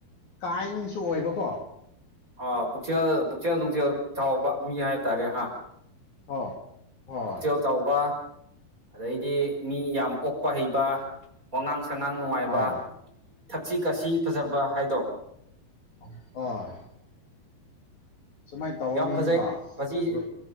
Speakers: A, on the left (about 50°); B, on the right (about 20°).
A: ꯀꯥꯏꯟꯁꯨ ꯑꯣꯏꯕꯀꯣ
B: ꯑꯥ ꯄꯨꯛꯆꯦꯜ ꯄꯨꯛꯆꯦꯜ ꯅꯨꯡꯖꯦꯜ ꯆꯥꯎꯕ ꯃꯤ ꯍꯥꯏꯕ ꯇꯥꯔꯦ ꯍꯥ
A: ꯑꯣ ꯍꯣꯢ
B: ꯄꯨꯛꯆꯦꯜ ꯆꯥꯎꯕ ꯑꯗꯩꯗꯤ ꯃꯤ ꯌꯥꯝ ꯑꯣꯛꯄ ꯍꯩꯕ ꯋꯥꯉꯥꯡ ꯁꯉꯥꯡ ꯅꯨꯡꯉꯥꯏꯕ
A: ꯍꯣꯏ
B: ꯊꯛꯁꯤ ꯈꯥꯁꯤ ꯐꯖꯕ ꯍꯥꯏꯗꯣ
A: ꯑꯣ ꯍꯣꯏ ꯁꯨꯃꯥꯏꯅ ꯇꯧꯕ
B: ꯌꯥꯝ
A: ꯃꯤꯅꯦꯕ
B: ꯐꯖꯩ ꯃꯁꯤ
A: ꯕ꯭ꯔ-